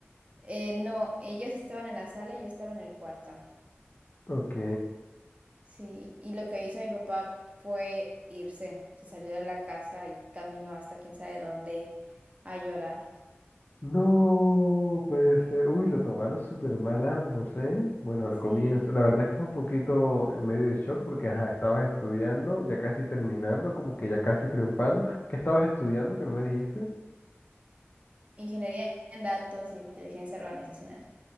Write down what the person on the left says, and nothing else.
Ok.
No puede ser. Uy, lo tomaron súper mal ambos, ¿eh? Bueno, al
comienzo. La verdad es que es un poquito en medio de shock porque, ajá, estabas estudiando, ya casi terminando, como que ya casi triunfando. ¿Qué estabas estudiando que no me dijiste?